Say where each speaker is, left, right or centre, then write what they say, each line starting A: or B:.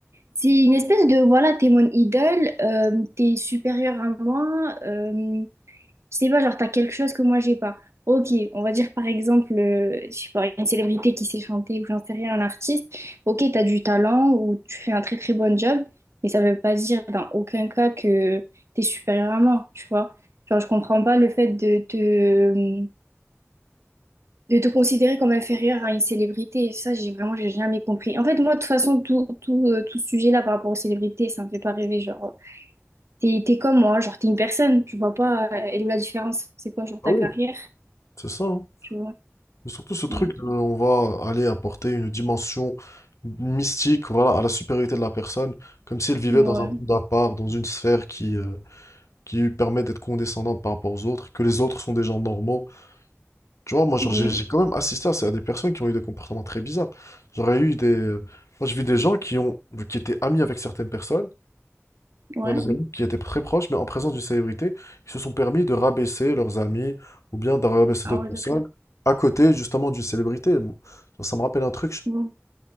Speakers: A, on the right; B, on the left.
A: c'est une espèce de, voilà, t'es mon idole, euh, t'es supérieur à moi, euh, je sais pas, genre, t'as quelque chose que moi, j'ai pas. Ok, on va dire par exemple, euh, je sais pas, une célébrité qui sait chanter ou j'en sais rien, un artiste. Ok, t'as du talent ou tu fais un très très bon job, mais ça veut pas dire dans aucun cas que t'es supérieur à moi, tu vois. Genre, je comprends pas le fait de te, de te considérer comme inférieur à une célébrité. Ça, j'ai vraiment, j'ai jamais compris. En fait, moi, de toute façon, tout, tout, euh, tout ce sujet-là par rapport aux célébrités, ça me fait pas rêver. Genre, t'es, t'es comme moi, genre, t'es une personne, tu vois pas, euh, elle est où la différence? C'est quoi, genre, ta
B: Ah oui.
A: carrière?
B: C'est ça, hein.
A: tu vois.
B: Mais Surtout ce truc
A: Mais,
B: de, on va aller apporter une dimension mystique, voilà, à la supériorité de la personne, comme si elle vivait
A: ouais,
B: dans un monde à part, dans une sphère qui, euh, qui lui permet d'être condescendante par rapport aux autres, que les autres sont des gens normaux. Tu vois, moi, genre,
A: oui,
B: j'ai j'ai quand même assisté à, ça- à des personnes qui ont eu des comportements très bizarres. J'aurais eu des... Moi, j'ai vu des gens qui ont, qui étaient amis avec certaines personnes,
A: ouais.
B: dans des amis qui étaient très proches, mais en présence d'une célébrité, ils se sont permis de rabaisser leurs amis ou bien de rabaisser
A: Ah
B: d'autres
A: ouais,
B: personnes
A: d'accord.
B: à côté justement d'une célébrité. Moi, Ça me rappelle un truc, je-
A: Bon.